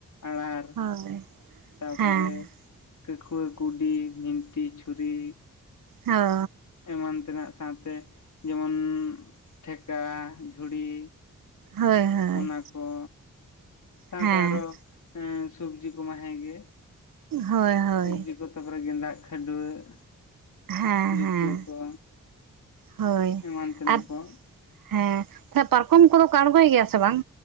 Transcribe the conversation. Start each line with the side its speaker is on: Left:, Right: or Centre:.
Left: ᱟᱲᱟᱨ <unintelligible>
Right: ᱦᱳᱭ
Left: ᱛᱟᱯᱚᱨᱮ
Right: ᱦᱮᱸ
Left: ᱠᱟᱹᱠᱷᱩᱣᱟᱹ ᱠᱩᱰᱤ ᱵᱷᱤᱱᱴᱷᱤ ᱪᱷᱩᱨᱤ।
Right: ᱦᱚᱻ
Left: ᱮᱢᱟᱱ ᱛᱮᱱᱟᱜ ᱥᱟᱶᱛᱮ ᱡᱮᱢᱚᱱ ᱴᱷᱮᱠᱟ ᱡᱷᱩᱲᱤ।
Right: ᱦᱳᱭ ᱦᱳᱭ
Left: ᱚᱱᱟ ᱠᱚ ᱥᱟᱶᱛᱮ
Right: ᱦᱮᱸ
Left: ᱟᱨᱚ ᱮᱸᱻ ᱥᱚᱵᱡᱤ ᱠᱚᱢᱟ ᱦᱮᱸᱜ ᱜᱮ।
Right: ᱦᱳᱭ ᱦᱳᱭ
Left: ᱥᱚᱵᱽᱡᱤ ᱠᱚ ᱛᱟᱨᱯᱚᱨᱮ ᱜᱮᱸᱫᱟᱜ ᱠᱷᱟᱹᱰᱣᱟᱹᱜ।
Right: ᱦᱮᱸ
Left: ᱡᱩᱛᱟᱹ
Right: ᱦᱮᱸ
Left: ᱠᱚ
Right: ᱦᱳᱭ
Left: ᱮᱢᱟᱱ ᱛᱮᱱᱟᱜ
Right: ᱟᱨ
Left: ᱠᱚ᱾
Right: ᱦᱮᱸ ᱛᱟᱦᱮᱞᱮ‌ ᱯᱟᱨᱠᱚᱢ ᱠᱚᱫᱚ ᱠᱚ ᱟᱬᱜᱚᱭ ᱜᱮᱭᱟ ᱥᱮ ᱵᱟᱝ?